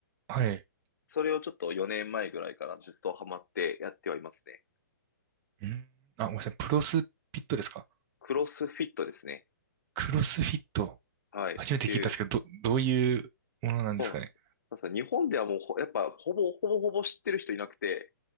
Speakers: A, on the right; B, on the left.
A: はい。
B: それをちょっと4年前ぐらいからずっとハマってやってはいますね。
A: うん、あ、ごめんなさい。プロスフィットですか
B: クロスフィットですね。
A: クロスフィット。
B: はい。っていう、
A: 初めて聞いたんですけど、ど、どういうものなんですかね。
B: そうなんです。なんか日本ではもうほやっぱほぼ、ほぼほぼ知ってる人いなくて、